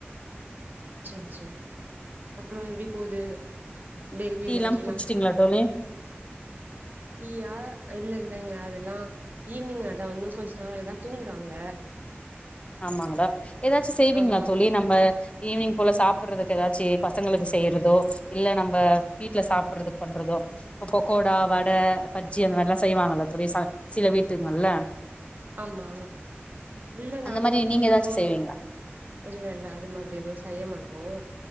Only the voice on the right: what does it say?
செரி செரி அப்ற எப்டி போது டெய்லி
லைஃப்லா
டீயா இல்ல இல்லங்க அதெல்லா ஈவினிங் அதா உன்னு கொஞ்ச நாள் எல்லா தூங்குறாங்க
ஆமா
ஆமா இல்ல நாங்க
அப்டி
எதுவு
இல்ல இல்ல அது மாதிரி எதுவு செய்ய மாட்டோ